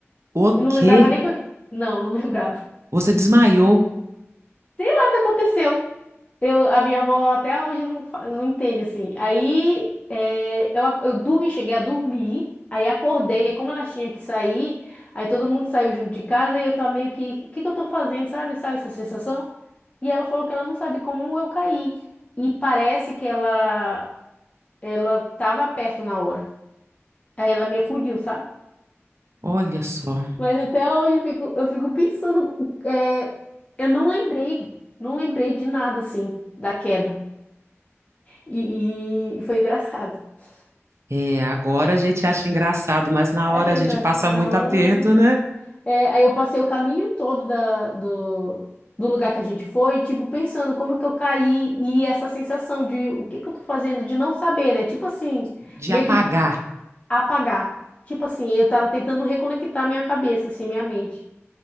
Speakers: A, on the right; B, on the left.
A: O
B: Eu não
A: quê?
B: lembrava nem que eu... Não, não lembrava.
A: Você desmaiou?
B: Sei lá o que aconteceu. Eu, a minha avó até hoje não, fa- não entende assim. Aí é, eu, ac- eu dormi, cheguei a dormir, aí acordei, e como ela tinha que sair, aí todo mundo saiu junto de casa e eu tava meio que, o que que eu tô fazendo, sabe? Sabe essa sensação? E ela falou que ela não sabe como eu caí. E parece que ela ela tava perto na hora. Aí ela me acudiu, sabe?
A: Olha só.
B: Mas até hoje eu fico, eu fico pensando, é, eu não lembrei, não lembrei de nada assim, da queda. E, e foi engraçado. <laughs>
A: É, agora a gente acha engraçado, mas na
B: Achei
A: hora a gente
B: graça.
A: passa
B: Na
A: muito
B: hora,
A: aperto,
B: não.
A: né?
B: É, aí eu passei o caminho todo da, do, do lugar que a gente foi, tipo, pensando como é que eu caí e essa sensação de o que que eu tô fazendo, de não saber, né? Tipo assim,
A: De
B: meio
A: apagar.
B: que apagar. Tipo assim, eu tava tentando reconectar minha cabeça, assim, minha mente.